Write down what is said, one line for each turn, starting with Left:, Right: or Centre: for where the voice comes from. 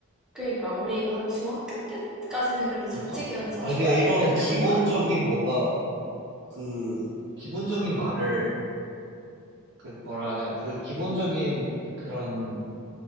Centre: 그러니까 우리가 한 중학교 때까지는 그래도
Right: 그러니까.
Centre: 자칙 연산,
Right: 아니,
Centre: 초등학교
Right: 그냥 이런
Centre: 때 배우는
Right: 기본적인
Centre: 거 아닌가?
Right: 뭔가 그, 기본적인 말을, 그, 뭐라 하냐, 그 기본적인 그런,